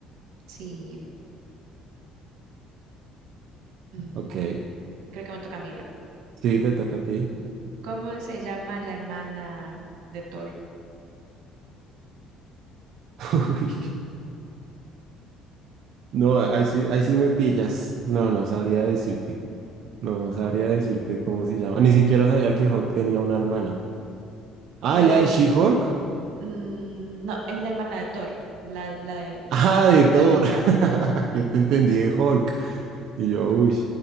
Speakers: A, on the right; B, on the right.
A: Sí, mm,
B: Ok.
A: vale, creo que me toca a mí, ¿verdad?
B: Sí, te toca a ti.
A: ¿Cómo se llama la hermana de Thor?
B: <laughs> No, ahí sí, ahí sí me pillas. No, no sabría decirte. No, no sabría decirte cómo se llama. Ni siquiera sabía que Hulk tenía una hermana. Ah,
A: Pues.
B: la de She-Hulk.
A: Mm, no, es la hermana de Thor, la, la, de-
B: <laughs> Ah,
A: la del
B: de Thor.
A: dios del trueno.
B: <laughs> Yo te entendí de Hulk. Y yo, uy.